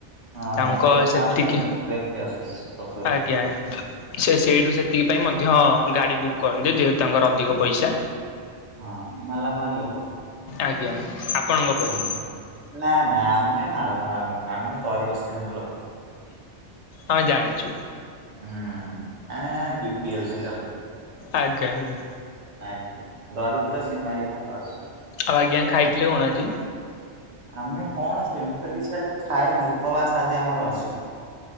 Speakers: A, on the right; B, on the left.
A: ହଁ
B: ତାଙ୍କ
A: ହଁ ସେଇଟା ତ
B: ସେତିକି
A: ଆମେ ଦେଖି ଆସୁଚେ ଏକ ପ୍ରକାର।
B: ଆଜ୍ଞା। ସେ ସେଇଠୁ ସେତିକି ପାଇଁ ମଧ୍ୟ ଗାଡି ବୁକ୍ କରନ୍ତି ଯେହେତୁ ତାଙ୍କର ଅଧିକ ପଇସା।
A: ହଁ ମାଲାମାଲ୍ ଲୋକ।
B: ଆଜ୍ଞା ଆପଣଙ୍କ ପରି
A: ହୁଁ। ନା ନା ଆମେ ମାଲାମାଲ୍ ନୁହଁ ଆମେ ଗରିବ ଶ୍ରେଣୀର ଲୋକ।
B: ଆମେ ଜାଣିଛୁ।
A: ଉଁ ଆମେ ବା ବି ପି ଏଲ୍ ରେ ଯାଉ।
B: ଆଜ୍ଞା ଆଜ୍ଞା।
A: ଆଜ୍ଞା ଦରିଦ୍ର ସୀମାରେଖା ତଳୁ।
B: ଆଉ ଆଜ୍ଞା ଖାଇଥିଲେ କଣ ଆଜି?
A: ଆମେ କଣ ସେମିତି କିଛି ଆମେ ଖାଇନୁ ଉପବାସ ଆଜି ଆମର ଅଛି।